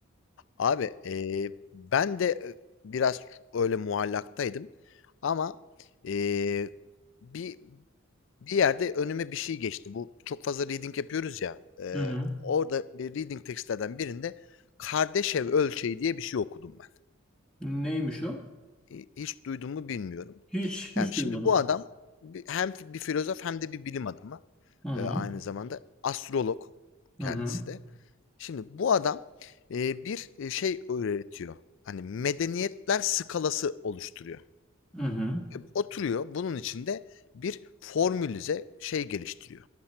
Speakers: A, on the left; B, in the centre.
A: Abi, eee, ben de, eee, biraz öyle muallaktaydım ama, eee, bir bir yerde önüme bir şey geçti. Bu çok fazla reading yapıyoruz ya, eee,
B: Hı hı.
A: orada bir reading tekstlerden birinde Kardashev ölçeği diye bir şey okudum ben.
B: Neymiş o?
A: İ hiç duydun mu bilmiyorum.
B: Hiç hiç
A: Yani, şimdi
B: duymadım.
A: bu adam bi hem bir filozof hem de bir bilim adamı,
B: Hı hı.
A: eee, aynı zamanda astrolog kendisi
B: Hı hı.
A: de. Şimdi bu adam, eee, bir, eee, şey öğretiyor, hani, medeniyetler skalası oluşturuyor.
B: Hı hı.
A: E, oturuyor, bunun için de bir formülize şey geliştiriyor.